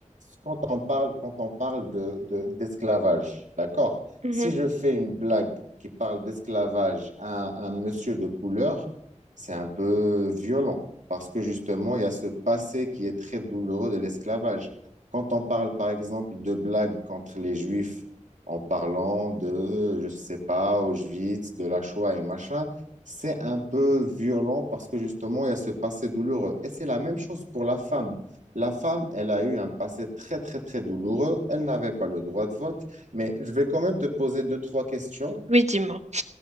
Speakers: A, on the right; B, on the right.
A: quand on parle, quand on parle de, de- d'esclavage, d'accord?
B: Mhm.
A: Si je fais une blague qui parle d'esclavage à un, un monsieur de couleur, c'est un peu violent parce que justement, il y a ce passé qui est très douloureux de l'esclavage. Quand on parle, par exemple, de blagues contre les juifs en parlant de, je sais pas, Auschwitz, de la Shoah et machin, c'est un peu violent parce que justement, il y a ce passé douloureux. Et c'est la même chose pour la femme. La femme, elle a eu un passé très, très, très douloureux. Elle n'avait pas le droit de vote. Mais je vais quand même te poser deux, trois questions.
B: Oui, dis-moi.